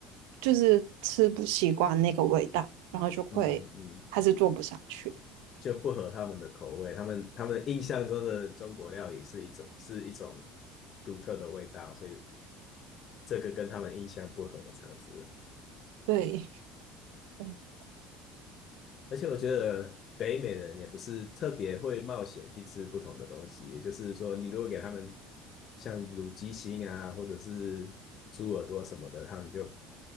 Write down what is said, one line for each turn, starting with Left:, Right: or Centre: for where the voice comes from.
Right: 就是吃不习惯那个味道，然后就会还是做不下去。
Left: 嗯嗯，就不合他们的口味，他们他们印象中的中国料理是一种是一种独特的味道，所以这个跟他们印象不合，这样子。
Right: 对，<laughs>
Left: 而且我觉得北美人也不是特别会冒险去吃不同的东西，也就是说，你如果给他们像卤鸡心啊，或者是猪耳朵什么的，他们就